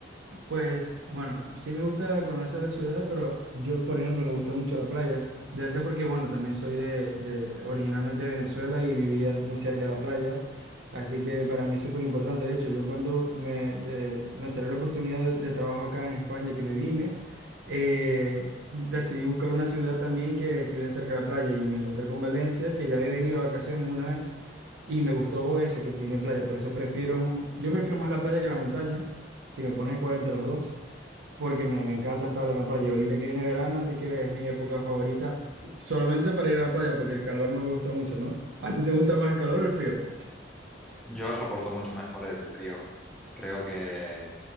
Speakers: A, on the right; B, in the centre.
A: Pues bueno, sí me gusta conocer la ciudad, pero yo, por ejemplo, me gusta mucho la playa. Debe ser porque, bueno, también soy de, de originalmente de Venezuela y vivía muy cerca de la playa. Así que para mí es súper importante. De hecho, yo cuando me, de- me salió la oportunidad de, de trabajo acá en España y que me vine, eh, decidí buscar una ciudad también que estuviese cerca de la playa y me encontré con Valencia, que ya había venido de vacaciones una vez y me gustó eso, que tiene playa. Por eso prefiero, yo prefiero más la playa que la montaña si me pones a escoger entre los dos, porque me, me encanta estar en la playa. Ahorita que viene verano, así que es mi época favorita, solamente para ir a la playa, porque el calor no me gusta mucho, ¿no? ¿A ti te gusta más el calor o el frío?
B: Yo soporto mucho mejor el frío. Creo que,